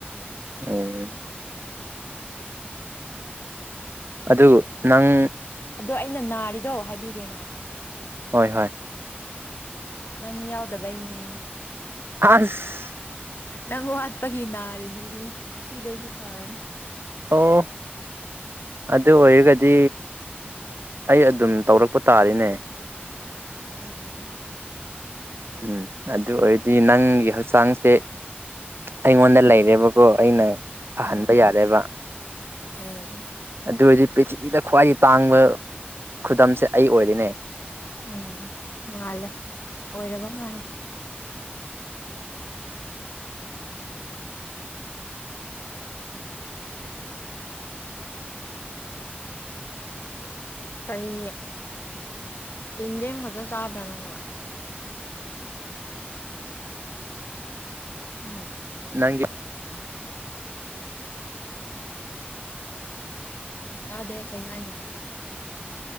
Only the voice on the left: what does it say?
ꯑꯗꯣ ꯑꯩꯅ ꯅꯥꯔꯤꯗꯣ ꯍꯥꯏꯕꯤꯒꯦ ꯉꯥꯏꯈꯣ
ꯅꯪ ꯌꯥꯎꯗꯕꯩꯅꯦꯌꯦ
ꯅꯪ ꯋꯥꯠꯄꯒꯤ ꯅꯥꯔꯤꯅꯦ ꯉꯁꯤꯗꯩꯗꯤ ꯐꯔꯅꯨ
ꯎꯝ
ꯎꯝ
ꯎꯝ
ꯎꯝ ꯃꯥꯜꯂꯦ ꯑꯣꯏꯔꯕ ꯃꯥꯜꯂꯦ ꯀꯔꯤ ꯏꯟꯗꯤ ꯃꯈ ꯈꯖ ꯆꯥꯕꯅꯝꯕ ꯎꯝ
ꯇꯥꯗꯦ ꯀꯩ ꯍꯥꯏꯅꯣ